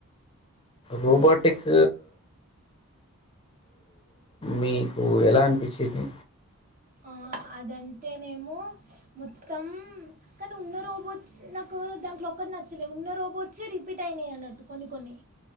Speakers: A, on the left; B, on the right.
A: రోబోటిక్ మీకు ఎలా అన్పిచ్చింది
B: ఆ అదంటే నేమో మొత్తం కానీ ఉన్న రోబోట్స్ నాకు దాంట్లో ఒక్కటి నచ్చలేదు ఉన్న రోబోట్సే రిపీట్ అయినాయి అన్నట్టు కొన్ని కొన్ని